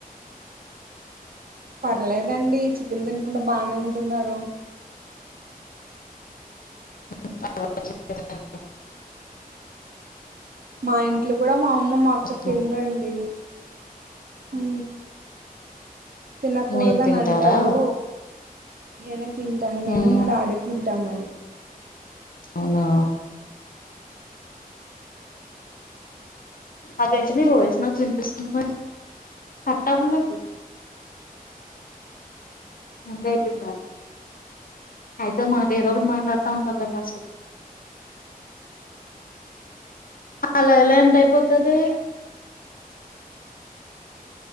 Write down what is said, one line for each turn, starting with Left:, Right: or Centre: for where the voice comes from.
Right: పర్లేదండి చికెన్ తినకుండ, బానె ఉంటున్నారు.
Left: <unintelligible>
Right: మా ఇంట్లొ కూడ మామ్ అమ్మ, మా అక్క
Left: తెచ్చిన.
Right: తినరండి. హు తినకూడదని
Left: మీరు తింటారా
Right: అంటారూ నేనే తింటా నేను
Left: మ్మ్
Right: మ డాడీ తిన్ ట్టమం
Left: అవునా అదేంటి మీరు వయిస్ వినిపిస్తుంది మరి కట్ అవ్వలేదు అంతె అయిపోంది అయితే మా ఏదో ఒకటి మాట్లాడుతా ఉంటాందా కాసేపు అలాఎలా ఎండ్ అయిపోతది